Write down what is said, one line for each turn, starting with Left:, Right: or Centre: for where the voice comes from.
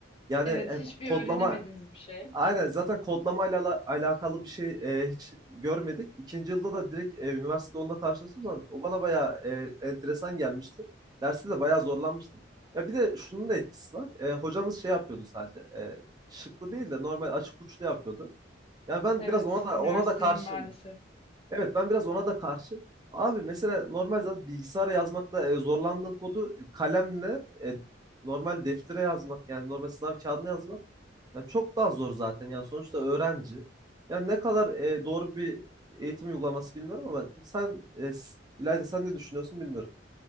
Right: Yani
Left: Evet,
Right: e, ko-
Left: hiçbir
Right: kodlama
Left: öğrenemediğiniz bir şey.
Right: aynen zaten kodlamayla ala- alakalı bir şey e, hiç görmedik. İkinci yılda da direkt e, üniversitede onunla karşılaştığım zaman o bana bayağı e, enteresan gelmişti. Derste de bayağı zorlanmıştım. Ya bir de şunun da etkisi var. E, hocamız şey yapıyordu sadece. E, şıklı değil de normal açık uçlu yapıyordu. Ya ben
Left: Evet,
Right: biraz ona da
Left: üniversitenin
Right: ona da karşım.
Left: maalesef.
Right: Evet ben biraz ona da karşım. Abi mesela normal zaten bilgisayara yazmakta e, zorlandığın kodu e, kalemle e, normal deftere yazmak yani normal sınav kağıdına yazmak ya çok daha zor zaten. Yani sonuçta öğrenci. Yani ne kadar e, doğru bir eğitim uygulaması bilmiyorum ama sen e, s- İlayda sen ne düşünüyorsun bilmiyorum.